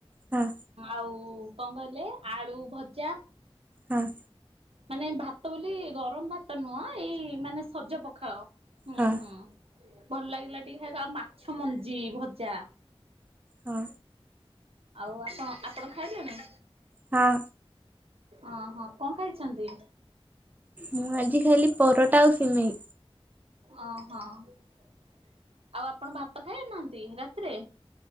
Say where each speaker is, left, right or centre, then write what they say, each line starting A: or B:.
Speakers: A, on the right; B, on the right.
A: ହଁ
B: ଆଉ କଣ କହିଲେ ଆଳୁ ଭଜା
A: ହଁ।
B: ମାନେ ଭାତ ବୋଲି ଗରମ ଭାତ ନୁହଁ, ଏଇ ମାନେ ସଜ ପଖାଳ ହୁଁ
A: ହଁ
B: ହୁଁ। ଭଲ ଲାଗିଲା ଟିକେ ଖ ଆଉ ମାଛ ମଞ୍ଜି ଭଜା।
A: ହଁ।
B: ଆଉ ଆପଣ ଆପଣ ଖାଇଲେନି?
A: ହଁ।
B: ଓହୋ କଣ ଖାଇଛନ୍ତି?
A: ମୁଁ ଆଜି ଖାଇଲି ପରଟା ଆଉ ସିମେଇ।
B: ଓହୋ ଆଉ ଆପଣ ଭାତ ଖାଇ ନାହାନ୍ତି ରାତିରେ?